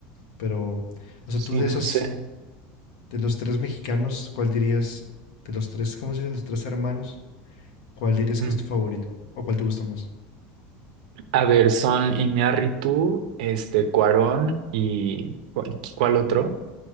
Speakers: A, on the left; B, on the right.
A: Pero, o sea,
B: sí,
A: tú de
B: no
A: esas
B: sé.
A: De los tres mexicanos, ¿cuál dirías? De los tres, ¿cómo se dicen? Los tres hermanos, ¿cuál dirías
B: Mm.
A: que es tu favorito? ¿O cuál te gusta más?
B: A ver, son Iñárritu, este, Cuarón y ¿cuál cuál otro?